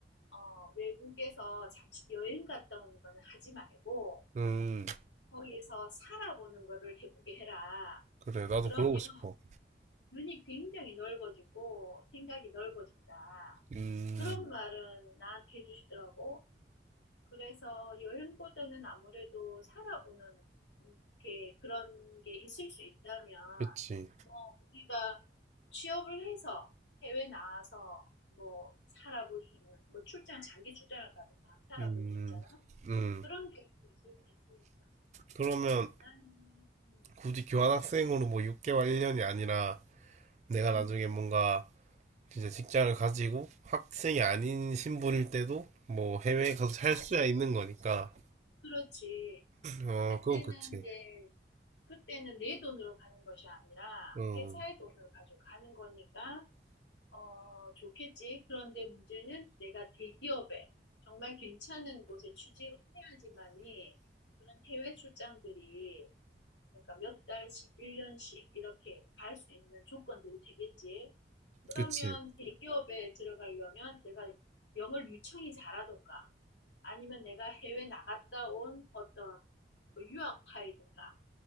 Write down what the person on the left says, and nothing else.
어, 외국에서 잠시 여행 갔다 오는 거는 하지 말고
거기에서 살아보는 거를 해보게 해라.
그러면
눈이 굉장히 넓어지고 생각이 넓어진다.
그런 말은 나한테 해주시더라고. 그래서 여행보다는 아무래도 살아보는 게 그런 게 있을 수 있다면
뭐 우리가 취업을 해서 해외 나와서 뭐 살아볼 수 있는 뭐 출장 장기 출장을 가든가 하면 살아볼
수 있잖아
그런 계획도 있을 수 있으니까
나는 음,
음,
갈
수 있는
거지
그렇지
그때는
이제 그때는 내 돈으로 가는 것이 아니라
회사의 돈을 가지고 가는 거니까 어, 좋겠지. 그런데 문제는 내가 대기업에 정말 괜찮은 곳에 취직을 해야지만이 그런 해외 출장들이 그러니까 몇 달씩, 1년씩 이렇게 갈 수 있는 조건들이 되겠지. 그러면
대기업에 들어가려면 내가 영어를 유창히 잘하던가 아니면 내가 해외 나갔다 온 어떤 그 유학파이든가